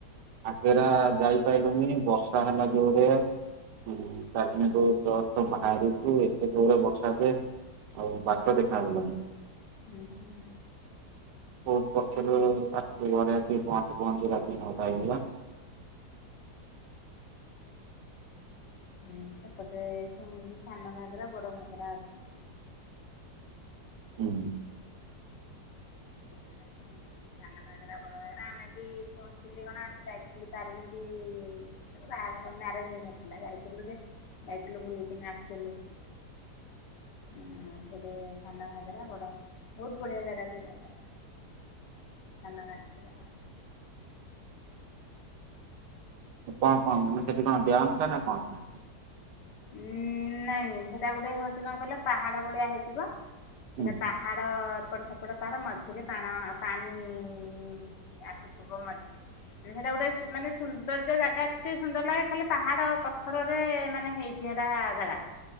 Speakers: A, on the right; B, on the left.
A: ଘାଗରା ଯାଇପାରଲୁନି ବର୍ଷା ହେଲା ଜୋରେ। ହୁଁ ତାରିଣୀ ଙ୍କ ଜଷ୍ଟ୍ ବାହାରୁଛୁ ଏତେ ଜୋରେ ବର୍ଷା ଯେ। ଆଉ ବାଟ ଦେଖାଗଲାନି।
B: ହୁଁ ହୁଁ।
A: ବହୁତ ପର୍ଛରେ ଆସିବୁ ଘରେ ଆସିକି ପହଞ୍ଚୁ ପହଞ୍ଚୁ ରାତି ନଅଟା ହେଇଗଲା।
B: <inaudible> ହୁଁ ସେପଟରେ ଶୁଣିଛି ସାନ ଘାଗରା ବଡ ଘାଗରା ଅଛି।
A: ହୁଁ।
B: ଏଟା ଶୁଣିଥିଲି ସାନ ଘାଗରା ବଡ ଘାଗରା ଆମେ ବି ଶୁଣିଥିଲି କଣ ଆମେ ଯାଇଥିଲୁ ତାରିଣୀ ବି ଉଁ ସେତେବେଳ ବାହାଘର ମ୍ୟାରେଜ ହେଇନଥିଲା ଯାଇଥିଲୁ ଯେ ଯାଇଥିଲୁ ବୁଲିକିନି ଆସିଥିଲୁ। <inaudible> ହଁ ସେଠି ସାନ ଘାଗରାା ବଡ ଘାଗରା ବହୁତ ବଢିଆ ଜାଗା ସେ ଜାଗା ଟା। ସାନ ଘାଗରା।
A: କଣ କଣ ମାନେ ସେଠି କଣ ଡ୍ୟମ ଟା ନା କଣ।
B: ଉଁ ନାଇଁ ସେଟା ଗୋଟେ ହଉଛି କଣ କହିଲ ପାହାଡ ଭଳିଆ ହେଇଥିବ। ସେଟା
A: ହୁଁ
B: ପାହାଡ ଏପଟ ସେପଟ ପାର ମଝିରେ ପାଣ ପାଣି ଇଁ ଆସୁଥିବ ମଝିରେ ମାନେ ସେଟା ଗୋଟେ ମାନେ ସୌନ୍ଦର୍ଯ୍ୟ ଜାଗା ଏତେ ସୁନ୍ଦର ଲାଗେ ଖାଲି ପାହାଡ ପଥରରେ ମାନେ ହେଇ ଇଚି ହେଟା ଜାଗା ଟା